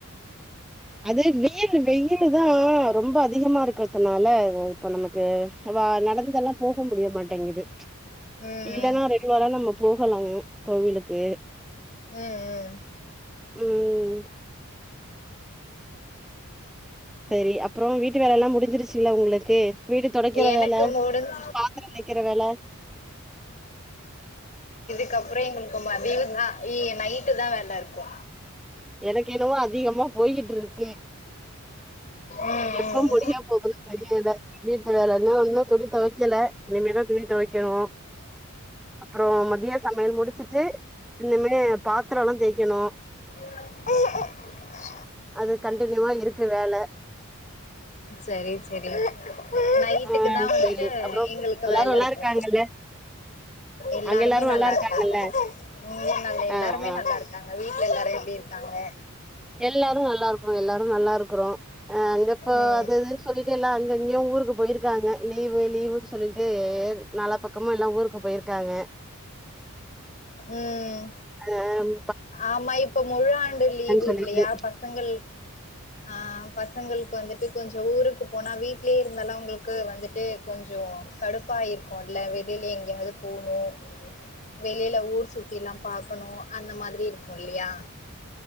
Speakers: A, in the centre; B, on the left.
A: அது வெயில் வெயில் தான் ரொம்ப அதிகமா இருக்றதுனால இப்போ நமக்கு நடந்தெல்லா போக முடியமாட்டேங்குது ப்ளீச்
B: ம்
A: இல்லன்னா ரெகுலரா நம்ம போகலா கோவிலுக் க்கு
B: உம் உம்
A: உம் செரி அப் அப்ரொ வீட்டு வேலல்லா முடிஞ்சிருச்சுல்ல உங்ளுக்கு வீடு தொடைக்கற
B: எனக்கு
A: வேல
B: முடிஞ்
A: பாத்ரோ தேக்கிற வேல
B: இதுக்கப்ற எங்களுக்கு மதிய தா இல்ல நைட்டு தான் வேல இருக்கு
A: எனக்கு என்னவோ அதிகமா போய் இருக்கு
B: ம்
A: எப்ப
B: ம்
A: முடிய போதுனு தெரியல வீட்டு வேல இன்னு ஒன்னு துணி தொவைக்கல இனிமேதா துணி தொவைக்கணு அப்ரோ மதிய சமையல் முடிச்சுட்டு இனிமே பாத்ரோலா தேய்க்கணு
B: ஹம்
A: அது கண்டின்யுவா இருக்கு வேல
B: செரி சேரி நைட்டுக்கு
A: ஆ
B: தா வந்துட்டு
A: சரி அப்புறோ
B: எங்களுக்கு
A: எல்லாரு
B: வேல
A: நல்லா
B: இருக்கு
A: இருக்காங்கல்ல
B: எல்லாருமே
A: அங்க எல்லாரு
B: நல்லா
A: இருக்காங்கல்ல
B: இருக்காங்க உம் நல்ல எல்லாருமே
A: ஆ ஆ
B: நல்லா இருக்காங்க வீட்ல எல்லாரு எப்டி இருக்காங்க
A: எல்லாரு நல்லாருக்கோ எல்லாரு நல்லா இருக்குறோ அஹ் அங்க இப்ப
B: ம்
A: அது இதுன்னு சொல்லிட்டு எல்லா அங்க இங்கயு ஊருக்கு போயிருக்காங்க லீவு லீவுன் சொல்லிட்டு நாலா பக்கமா எல்லா ஊருக்குப் போயிருக்காங்க
B: ம்
A: ஆம்
B: ஆமா இப்ப முழாண்டு லீவு இருக்
A: சொல்லிட்டு
B: இல்லயா பசங்கள்க் ஆஹ் பசங்களுக்கு வந்துட்டு கொஞ்ச ஊருக்கு போனா வீட்லே இருந்தாலு அவங்களுக்கு வந்துட்டு கொஞ்ச கடுப்பா இருக்குல வெளில எங்கயாது போணு வெளில ஊர் சுத் த்திலா பாக்கணு அந்த மாதிரி இருக்கு இல்லயா